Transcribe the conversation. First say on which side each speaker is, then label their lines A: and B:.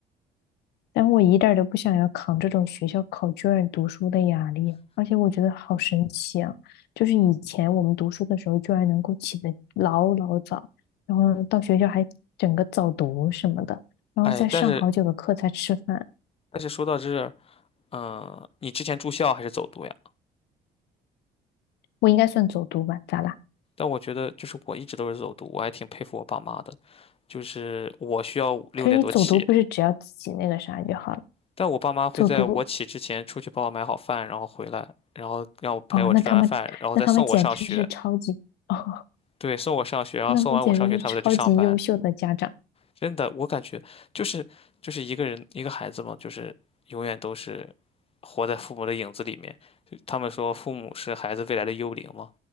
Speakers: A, on the left; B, on the left.
A: 但我一点儿都不想要扛这种学校考卷读书的压力啊，而且我觉得好神奇啊，就是以前我们读书的时候居然能够起得老老早，然后呢到学校还整个早读什么的，然后再上好久的课才吃饭，
B: 哎，但是但是说到这儿嗯，你之前住校还是走读呀？
A: 我应该算走读吧？咋啦？
B: 但我觉得就是我一直都是走读，我还挺佩服我爸妈的。就是我需要六点多起，
A: 可是你走读不是只要自己那个啥就好了？
B: 但我爸妈会在我起之前出去帮我买好饭，
A: 走读
B: 然后回来，然后让我陪我吃完饭，
A: 哦，那他们，
B: 然后再送我上学。
A: 那他们简直是超级 <laughs>，哦，
B: 对，送我上学，然后送完我上学，
A: 那他们简直是超级优秀的家长。
B: 他们再去上班。真的，我感觉就是就是一个人一个孩子嘛，就是永远都是活在父母的影子里面。就他们说父母是孩子未来的幽灵嘛，